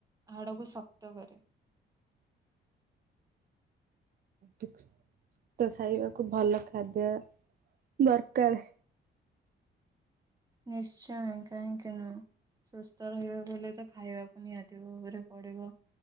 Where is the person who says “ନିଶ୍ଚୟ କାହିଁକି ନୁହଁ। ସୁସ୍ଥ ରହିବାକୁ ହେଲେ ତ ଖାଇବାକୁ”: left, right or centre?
Right